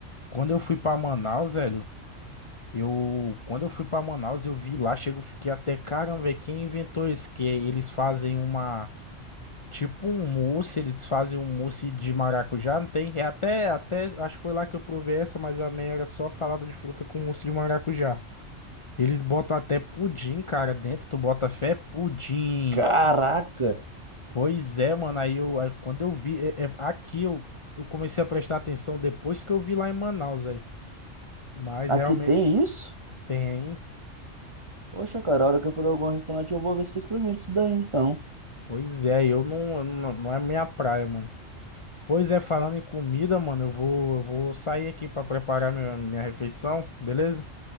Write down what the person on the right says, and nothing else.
Caraca,
aqui
tem isso?
Poxa, cara, a hora que eu for em algum restaurante, eu vou ver se vocês experimentam isso daí, então.